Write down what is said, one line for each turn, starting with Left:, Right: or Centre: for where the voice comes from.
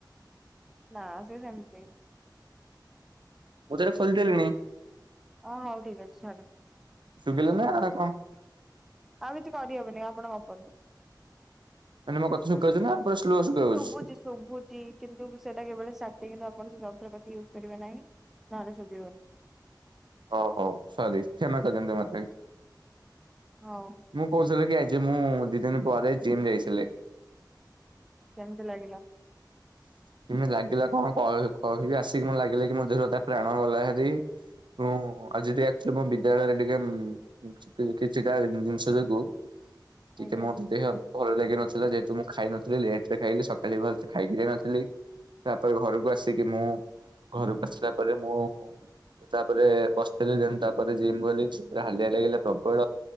Centre: ନା ଆ ସେମତି।
Right: ମୁଁ ତରେ ଖୋଲିଦେଲିଣି।
Centre: ଓ ହଉ ଠିକ ଅଛି ଛଡ।
Right: ଶୁଖିଲ ନା ଆ କଣ।
Centre: ଆଉ କିଛି କରିହେବନି ଆପଣ ଗପନ୍ତୁ।
Right: ମାନେ ମୋ କଥା ଶୁଭାଯାଉଛି ନା ପୁରା ସ୍ଲୋ ଶୁଭାଯାଉଛି?
Centre: ଶୁଭୁଛି ଶୁଭୁଛି କିନ୍ତୁ ସେଟା କେବେଳେ ସା କିନ୍ତୁ ଆପଣ ସେ ରନ୍ତ୍ର କତି ୟୁଜ କରିବେ ନାହିଁ ନହେଲେ ଚୋଭିବନି।
Right: ଓଉ ହଉ ସରି କ୍ଷମା କରିଦଛନ୍ତିୁ ମତ।
Centre: ହଉ
Right: ମୁଁ କହୁଥିଲି କି ଆଜି। ଯେ ମୁଁ ଦିଦିନ ପ ଯ ଜିମ୍ ଯାଇଥିଲି।
Centre: କେମିତି ଲାଗିଲା।
Right: କିମ ଲାଗିଲା କଣ କ କହିବି ଆସିକି ମ ଲାଗିଲା କି ମୋ ଦେରେ ପ୍ରାଣ ଗଲା ହେରି ମୁ ଆଜି ଟିକେଚୁ ମ ବିଦ୍ୟାଳୟରେ ଟିକେ କିଛିଟା ଜିନିଷ ଯକୁୁ ଟିକେ
Centre: ଆଜ୍ଞା
Right: ମୋର ଦେହ ଭଲ ଲାଗି ନଥିଲା ଯେହେତୁ ମୁଁ ଖାଇ ନଥିଲ ଲେଟ୍ ରେ ଖାଇଲି ସକାଳେ ଭଲ। ଖାଇକି ଯାଇ ନଥିଲି ତାପରେ ଘରକୁ ଆସିକି ମୁଁ ଘରକୁ ଆସିଲା ପରେ ମୁଁ ତାପରେ ବସିଥିଲି ଦେ ତାପରେ ଜିମ୍ ଗଲି ଜିମରେ ହାଲିଆ ଲାଗିଲା ପ୍ରବଳ